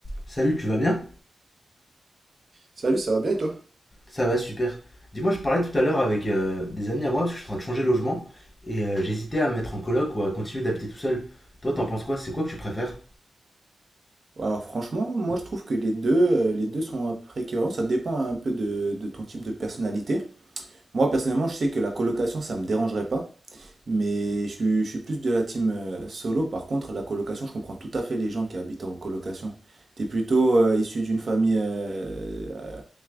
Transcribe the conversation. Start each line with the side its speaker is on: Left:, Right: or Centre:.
Left: Salut, tu vas bien?
Right: Salut, ça va bien et toi?
Left: Ça va, super. Dis-moi, je parlais tout à l'heure avec euh, des amis à moi parce que je suis en train de changer de logement et euh, j'hésitais à me mettre en coloc ou à continuer d'habiter tout seul. Toi, t'en penses quoi? C'est quoi que tu préfères?
Right: Alors franchement, moi je trouve que les deux, euh, les deux sont un peu près équivalents, ça dépend un peu de, de ton type de personnalité. Moi personnellement, je sais que la colocation, ça me dérangerait pas, mais je, suis- je suis plus de la team euh, solo. Par contre, la colocation, je comprends tout à fait les gens qui habitent en colocation. T'es plutôt euh, issu d'une famille, euh, euh,